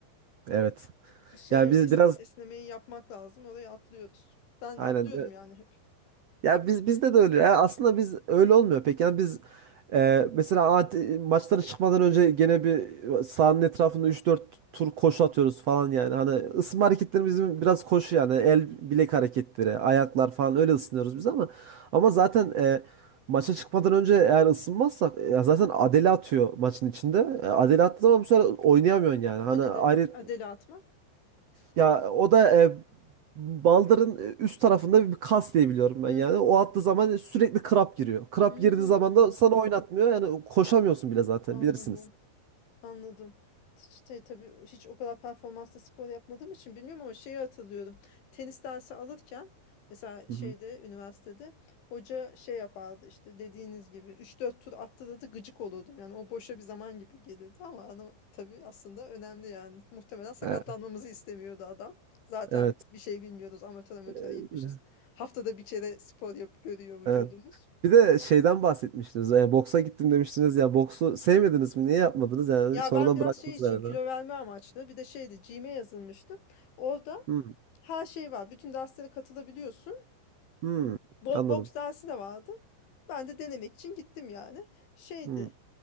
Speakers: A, on the right (about 80°); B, on the left (about 85°).
A: evet.
B: şeyi
A: Yani
B: es-
A: biz biraz
B: esnemeyi yapmak lazım. Orayı atlıyoruz. Ben
A: aynen
B: atlıyordum yani hep.
A: Ya biz bizde de öyle. Yani aslında biz öyle olmuyor pek. Yani biz e, mesela at- maçlara çıkmadan önce gene bir sahanın etrafında üç dört tur koşu atıyoruz falan yani. Hani ısınma hareketlerimiz bizim biraz koşu yani. El bilek hareketleri, ayaklar falan öyle ısınıyoruz biz ama ama zaten e, maça çıkmadan önce eğer ısınmazsak e, zaten Adele atıyor maçın içinde. E, Adele attığı zaman bu sefer oynayamıyorsun yani.
B: O
A: Hani
B: ne
A: ayrı
B: demek? Adele atmak.
A: ya o da e, baldırın e, üst tarafında bir kas diye biliyorum ben
B: Hı
A: yani.
B: hı.
A: O attığı zaman sürekli krap giriyor. Krap
B: Hmm,
A: girdiği zaman da sana oynatmıyor. Yani koşamıyorsun bile zaten
B: anladım.
A: bilirsiniz.
B: Anladım. İşte tabii hiç o kadar performanslı spor yapmadığım için bilmiyorum ama şeyi hatırlıyorum. Tenis dersi alırken mesela
A: Hı
B: şeyde
A: hı.
B: üniversitede hoca şey yapardı işte dediğiniz gibi üç dört tur attırırdı gıcık olurdum. Yani o boşa bir zaman gibi gelirdi ama ana, tabii aslında önemli yani. Muhtemelen sakatlanmamızı
A: E,
B: istemiyordu adam. Zaten
A: Evet.
B: bir şey bilmiyoruz amatör amatör
A: E,
B: gitmişiz. Haftada bir kere spor yap görüyor vücudumuz.
A: Evet. Bir de şeyden bahsetmiştiniz. E, boksa gittim demiştiniz ya. Boksu sevmediniz mi? Niye yapmadınız yani?
B: Ya
A: Sonradan
B: ben biraz
A: bıraktınız
B: şey için
A: galiba.
B: kilo verme amaçlı bir de şeydi gym'e yazılmıştım. Orada
A: Hmm.
B: Her şey var. Bütün derslere katılabiliyorsun.
A: Hmm.
B: Bo
A: Anladım.
B: boks dersi de vardı. Ben de denemek için gittim yani. Şeydi.
A: Hmm.